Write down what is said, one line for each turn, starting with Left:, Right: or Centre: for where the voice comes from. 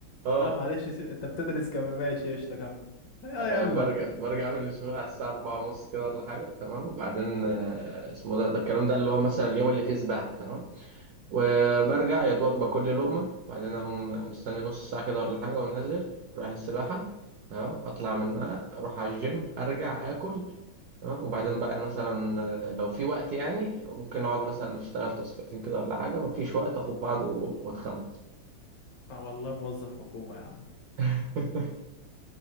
Right: اه
Left: لا معلش يا سي- انت بتدرس كمان ماشي قشطة كمل يا
Right: آه،
Left: يلا
Right: برجع برجع من الشغل على الساعة أربعة ونص كده ولا حاجة تمام وبعدين آه، اسمه ده ده الكلام ده اللي هو مثلا اليوم اللي فيه سباحة تمام وبرجع يا دوبك باكل لي لقمة بعدين أقوم مستني نص ساعة كده ولا حاجة وأنزل رايح السباحة تمام أطلع منها أروح على الجيم أرجع آكل تمام وبعدين بقى مثلا آه، لو في وقت يعني ممكن أقعد مثلا أشتغل تاسكاتين كده ولا حاجة مفيش وقت أخد بعضي و- وأتخمم
Left: اه والله موظف حكومة يا عم
Right: <laughs>